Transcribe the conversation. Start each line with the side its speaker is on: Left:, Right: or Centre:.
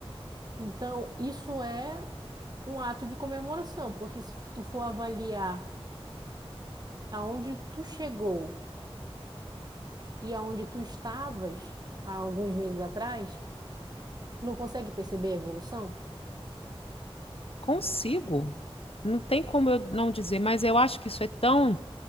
Right: Então, isso é um ato de comemoração, porque se tu for avaliar aonde tu chegou e aonde tu estavas há alguns meses atrás, não consegue perceber a evolução?
Left: Consigo. Não tem como eu não dizer, mas eu acho que isso é tão,